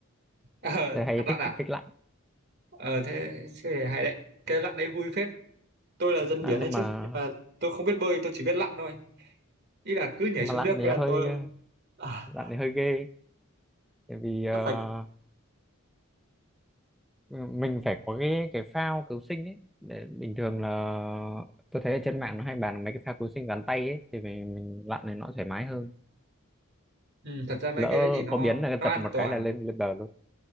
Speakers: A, on the right; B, in the centre.
A: ờ
B: tôi hay
A: hạt lặn
B: thích
A: à
B: thích lặn
A: ờ thế, thế thì hay đấy cái lặn đấy vui phết tôi là dân
B: lặn
A: biển
B: nhưng
A: đấy chứ
B: mà
A: nhưng mà tôi không biết bơi tôi chỉ biết lặn thôi ý là cứ nhảy
B: nhưng
A: xuống
B: mà lặn
A: nước
B: thì
A: cái là
B: hơi
A: tôi à,
B: lặn thì hơi ghê tại vì ờ,
A: nó phải
B: Ừ, mình phải có cái cái phao cứu sinh ấy để bình thường là tôi thấy ở trên mạng nó hay bàn mấy cái phao cứu sinh gắn tay ấy thì mình, mình lặn này nó thoải mái hơn
A: ừ, thật ra mấy
B: lỡ
A: cái đấy thì nó
B: có biến là
A: nó
B: giật
A: an
B: một
A: toàn
B: cái là lên lên bờ luôn